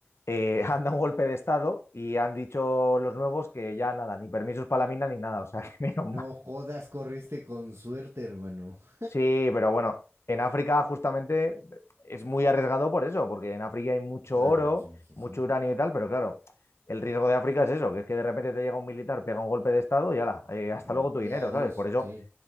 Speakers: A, on the left; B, on the right.
A: eh, <laughs> han dado un golpe de estado y han dicho los nuevos que ya nada, ni permisos para la mina ni nada, o sea, <laughs> que menos
B: No
A: mal.
B: jodas, corriste con suerte, hermano. <laughs>
A: Sí, pero bueno, en África justamente es muy arriesgado por eso, porque en África hay mucho
B: Claro,
A: oro,
B: sí, sí,
A: mucho
B: sí.
A: uranio y tal, pero claro, el riesgo de África es eso, que es que de repente te llega un militar, pega un golpe de estado y ala, eh,
B: Mm,
A: hasta luego tu
B: Y
A: dinero,
B: adiós,
A: ¿sabes? Por eso
B: sí,